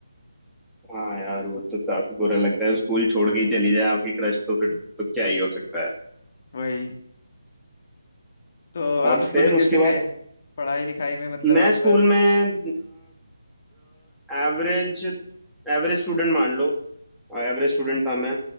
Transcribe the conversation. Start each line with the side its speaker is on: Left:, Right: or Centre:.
Centre: हाँ यार वो तो काफी बुरा लगता है स्कूल छोड़ के ही चली जाए आपकी क्रश तो फिर तो क्या ही हो सकता है
Left: वही तो
Centre: और
Left: आप स्कूल
Centre: फिर
Left: में
Centre: उसके
Left: कैसे
Centre: बाद
Left: थे पढ़ाई लिखाई में मतलब
Centre: मैं
Left: आप
Centre: स्कूल में एवरेज एवरेज स्टूडेंट मान लो एवरेज स्टूडेंट था मैं